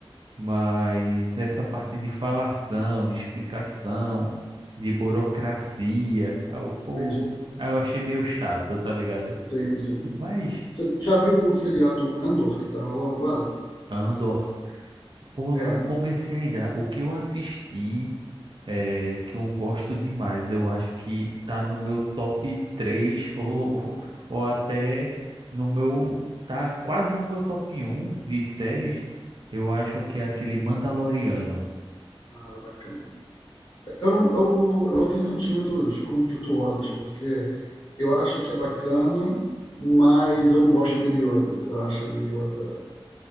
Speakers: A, on the right; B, on the left.
A: mas essa parte de falação, de explicação, de burocracia, aí eu, pô,
B: entendi,
A: aí eu achei meio chato, tá ligado?
B: sim, sim.
A: Mas
B: Você já viu o seriado Andor que tá rolando agora?
A: Andor, pô,
B: É,
A: não comecei ainda. O que eu assisti. é, que eu gosto demais. Eu acho que tá no meu top 3 <laughs> ou, ou ou até no meu, tá quase no meu top um de séries. Eu acho que é aquele Mandaloriano.
B: ah, é bacana. Eu, não- eu, eu tenho sentimentos conflituosos, porque Eu acho que é bacana, mas eu não gosto do Baby Yoda. Eu acho o Baby Yoda.